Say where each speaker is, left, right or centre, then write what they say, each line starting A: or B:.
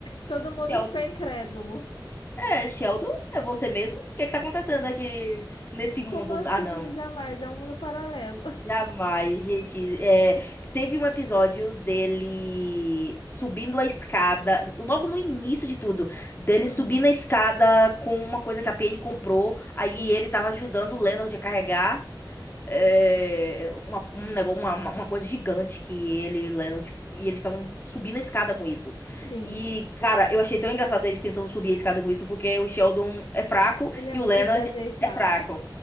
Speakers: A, on the left; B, on the left.
A: Todo mundo
B: Sheldon?
A: ficou incrédulo.
B: É, Sheldon, é você mesmo? O que que tá acontecendo aqui nesse mundo?
A: Como assim?
B: Ah, não.
A: Jamais, é um mundo paralelo. <laughs>
B: Jamais, gente. É, teve um episódio dele subindo a escada, logo no início de tudo, dele
A: Hum.
B: subindo a escada com uma coisa que a Penny comprou, aí
A: Sim,
B: ele tava ajudando o Leonard a carregar. é, uma, um negócio, uma, uma uma coisa gigante que ele e Leonard, e eles estavam subindo a escada com isso.
A: sim.
B: E, cara, eu achei tão engraçado eles tentando subir a escada com isso, porque o Sheldon é fraco
A: Ele é
B: e
A: muito
B: o Leonard
A: desajeitado.
B: é fraco.